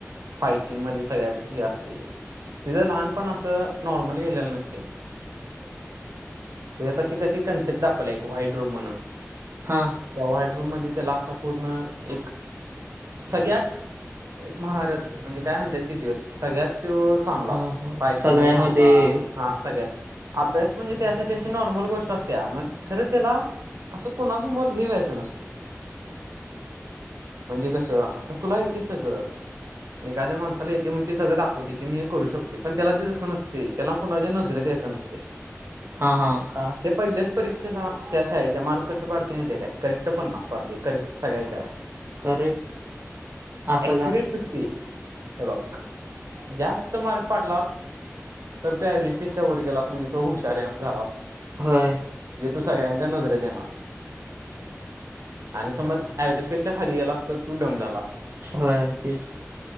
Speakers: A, on the right (about 75°); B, on the right (about 45°).
A: फाईटिंग मध्ये सगळ्यात हे असतय तेज लहानपण असं नॉर्मल गेलेलं नसतय. ते तशी कशी कन्सेप्ट दाखवल्या एक व्हाईट रूम म्हणून
B: हा.
A: त्या व्हाईट रूम मध्ये त्याला असा पूर्ण एक सगळ्यात महारथ म्हणजे काय म्हणत्यात कि त्यो सगळ्यात चांगला
B: हा
A: फायटिंग
B: सगळ्यामध्ये
A: मध्ये चांगला, हा सगळ्यात अभ्यास म्हणजे त्यासाठी अशी नॉर्मल गोष्ट असत्या म खर तेला असं कोणासमोर हे व्हायचं नसतय म्हणजे कस आता तुला येतय सगळ एखाद्या माणसाला येतय म्हणून ते सगळं दाखवतय, की मी करू शकतोय पण तेला ते तस नसतय तेला कुणाच्या नजरेत यायचं नसते.
B: हा हा. कळाल.
A: ते पहिल्याच परीक्षेला त्या <unintelligible> मार्क कसं पाडतय माहितय काय करेक्ट पन्नास पडतंय करेक्ट सगळ्या विषयाला.
B: करेक्ट असं
A: ऑक्युरेट
B: का
A: फीप पटी, हे बघ जास्त मार्क पाडलास तर तो ऍव्हेज पेक्षा वर गेलास म्हणजे तो हुशार य झालास
B: होय.
A: म्हणजे तू सगळ्यांच्या नजरेत येनार. आणि समज ऍव्हरेज पेक्षा खाली गेलास तर तू डम झालास.
B: होय तेच की